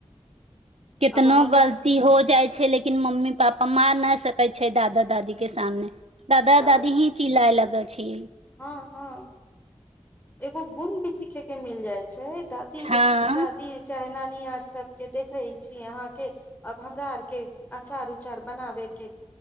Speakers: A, on the right; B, on the left.
A: कितनो
B: अब हमरा
A: गलती हो जाइ छै लेकिन मम्मी पापा मार नहि सकै छै दादा दादी के सामने दादा
B: तऽ
A: दादी ही चिलिलए लगत छी
B: हँ हँ एगो गुण भी सीखे के मिल जायत छै छै दादी
A: हँ
B: दादी चाहे कनि आर सबके देखै छी अहाँके अब हमरा आरके अचार उचार बनाबैके